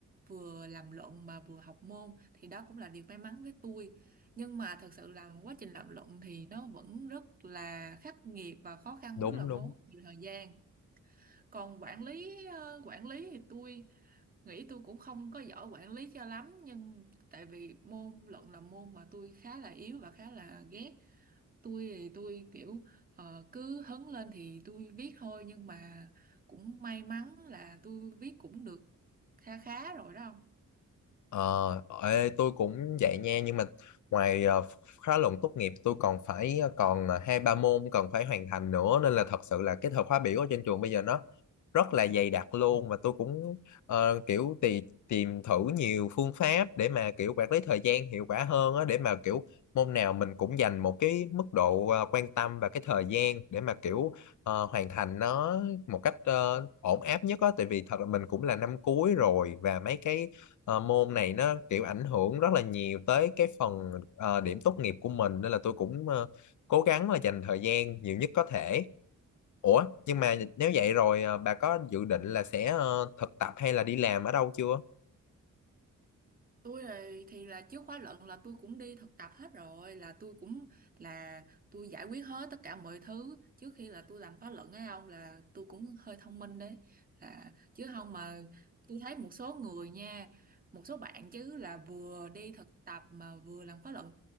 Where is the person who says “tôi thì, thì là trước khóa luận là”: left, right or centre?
Right